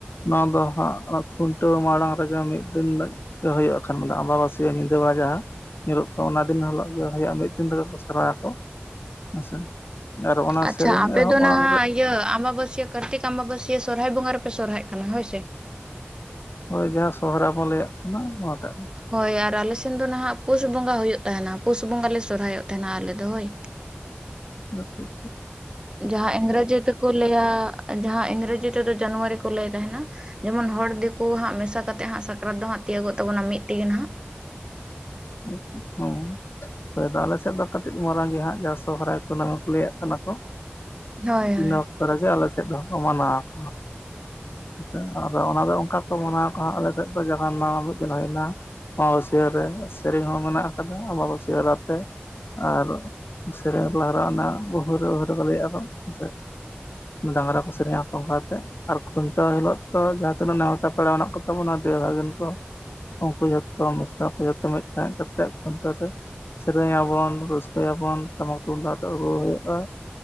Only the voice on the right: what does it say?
ᱟᱪᱪᱷᱟ ᱟᱯᱮ
ᱫᱚ
ᱱᱟᱦᱟᱜ
ᱤᱭᱟᱹ ᱟᱢᱵᱟᱵᱟᱹᱥᱭᱟ. ᱠᱟᱨᱛᱤᱠ ᱟᱢᱵᱟᱵᱟᱹᱥᱭᱟᱹ ᱥᱚᱨᱦᱟᱭ ᱵᱚᱸᱜᱟ ᱨᱮᱯᱮ ᱥᱚᱨᱦᱟᱭᱚᱜ ᱠᱟᱱᱟ ᱦᱳᱭ ᱥᱮ
ᱦᱳᱭ ᱟᱨ ᱟᱞᱮᱥᱱ ᱫᱚ ᱱᱟᱦᱟᱜ ᱯᱳᱥ ᱵᱚᱸᱜᱟ ᱦᱩᱭᱩᱜ ᱛᱟᱦᱮᱱᱟ ᱯᱳᱥ ᱵᱚᱸᱜᱟ ᱞᱮ ᱥᱚᱨᱦᱟᱭᱚᱜ ᱛᱟᱦᱮᱱᱟ ᱟᱞᱮ ᱫᱚ ᱦᱳᱭ
ᱡᱟᱦᱟᱸ ᱤᱝᱨᱮᱡᱤ ᱛᱮᱠᱚ ᱞᱟᱹᱭᱟ ᱡᱟᱦᱟᱸ ᱤᱝᱨᱮᱡᱤ ᱛᱮᱫᱚ ᱡᱟᱱᱩᱣᱟᱨᱤ ᱠᱚ ᱞᱟᱹᱭ ᱛᱟᱦᱮᱱᱟ ᱡᱮᱢᱚᱱ ᱦᱚᱲ ᱫᱤᱠᱩ ᱦᱟᱸᱜ ᱢᱮᱥᱟ ᱠᱟ ᱠᱟᱛᱮᱜ ᱦᱟᱸᱜ ᱥᱟᱠᱨᱟᱛ ᱫᱚ ᱦᱟᱸᱜ ᱛᱤᱭᱳᱟᱹᱜᱚᱜ ᱛᱟᱵᱚᱱᱟ ᱢᱤᱫ ᱛᱮᱜᱮ ᱱᱟᱦᱟᱜ
ᱦᱳᱭ ᱦᱳᱭ